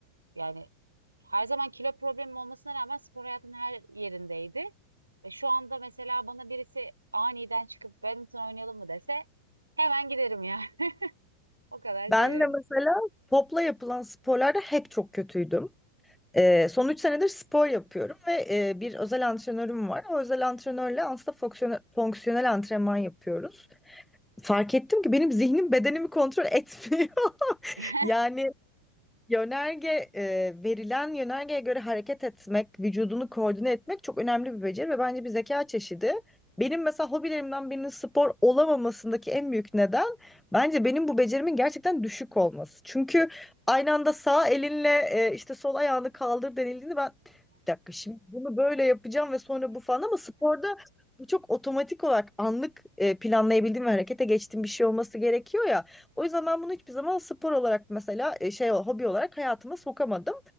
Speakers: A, on the right (about 80°); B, in the centre.
A: yani her zaman kilo problemim olmasına rağmen spor hayatının her yerindeydi. Ve şu anda mesela bana birisi aniden çıkıp badminton oynayalım mı dese hemen giderim yani. O kadar
B: Ben
A: seviyorum.
B: de mesela topla yapılan sporlarda hep çok kötüydüm. Ee, son 3 senedir spor yapıyorum ve e, bir özel antrenörüm var. O özel antrenörle aslında fonksiyonel, fonksiyonel antrenman yapıyoruz. Fark ettim ki benim zihnim bedenimi kontrol etmiyor. <laughs>
A: <laughs>
B: Yani Yönerge e, verilen yönergeye göre hareket etmek, vücudunu koordine etmek çok önemli bir beceri ve bence bir zeka çeşidi. Benim mesela hobilerimden birinin spor olamamasındaki en büyük neden bence benim bu becerimin gerçekten düşük olması. Çünkü aynı anda sağ elinle e, işte sol ayağını kaldır denildiğinde ben bir dakika şimdi bunu böyle yapacağım ve sonra bu falan ama sporda bu çok otomatik olarak anlık e, planlayabildiğim ve harekete geçtiğim bir şey olması gerekiyor ya. O yüzden ben bunu hiçbir zaman spor olarak mesela e, şey hobi olarak hayatıma sokamadım.